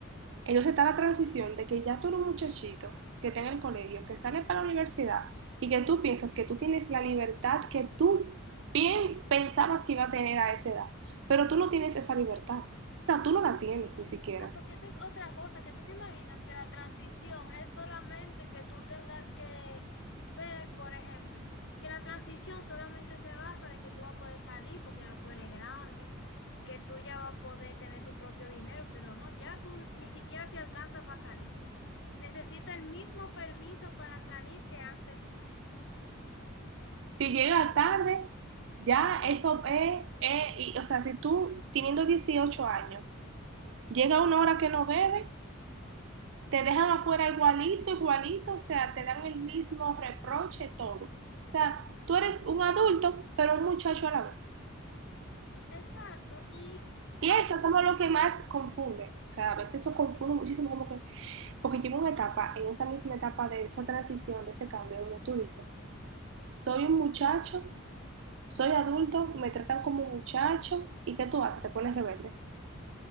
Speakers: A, on the right; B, on the left.
A: entonces está la transición de que ya tú eres un muchachito que está en el colegio, que sale para la universidad y que tú piensas que tú tienes la libertad que tú piens- pensabas que iba a tener a esa edad, pero tú no tienes esa libertad, o sea, tú no la tienes ni siquiera.
B: Ah, porque eso es otra cosa, que tú te imaginas que la transición es solamente que tú tengas que ver, por ejemplo, que la transición solamente se basa de que tú vas a poder salir porque ya tú eres grande, que tú ya vas a poder tener tu propio dinero, pero no, ya tú ni siquiera te alcanza para salir. Necesita el mismo permiso para salir que antes de.
A: Si llega tarde, ya eso es, es- y, o sea, si tú teniendo 18 años, llega una hora que no bebe, te dejan afuera igualito, igualito, o sea, te dan el mismo reproche, todo. O sea, tú eres un adulto, pero un muchacho a la vez.
B: Exacto, y
A: Y eso
B: es que
A: es
B: mira,
A: como lo que más confunde. O sea, a veces eso confunde muchísimo, como que, porque llega una etapa, en esa misma etapa de esa transición, de ese cambio, donde tú dices, soy un muchacho, soy adulto, me tratan como muchacho, ¿y qué tú haces? Te pones rebelde.